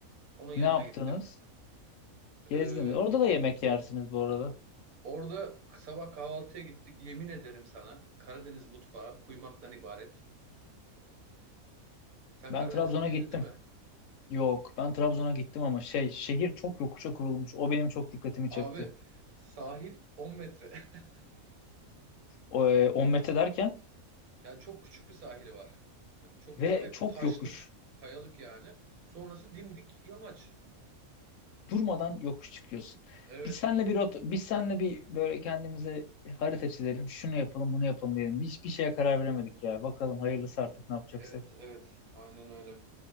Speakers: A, on the right; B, on the left.
A: Onun yanına
B: Ne yaptınız?
A: gittim. E,
B: Gezdiniz. Orada da yemek yersiniz bu arada.
A: Orada sabah kahvaltıya gittik. Yemin ederim sana Karadeniz mutfağı kuymaktan ibaret. Sen
B: Ben
A: Karadenizli
B: Trabzon'a
A: değildin
B: gittim.
A: değil mi?
B: Yok. Ben Trabzon'a gittim ama şey şehir çok yokuşa kurulmuş. O benim çok dikkatimi çekti.
A: Abi sahil 10 metre. <laughs>
B: O, e, 10 metre derken
A: Yani çok küçük bir sahili var. Hani çok
B: ve
A: kısa ve
B: çok
A: taşlık,
B: yokuş.
A: kayalık yani. Sonrası dimdik yamaç.
B: Durmadan yokuş çıkıyorsun.
A: Evet,
B: Biz senle bir rota- biz senle bir böyle kendimize harita çizelim. Şunu yapalım, bunu yapalım diyelim. Hiçbir şeye karar veremedik ya. Bakalım hayırlısı artık ne yapacaksak.
A: evet, evet. Aynen öyle.